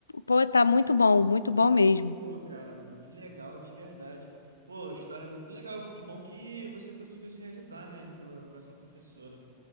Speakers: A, on the left; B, on the right.
A: Pô, tá muito bom, muito bom mesmo.
B: Pô, cara, muito legal, de verdade. Pô, a história é muito legal. Que bom que você conseguiu se realizar, né, com, com essa professora.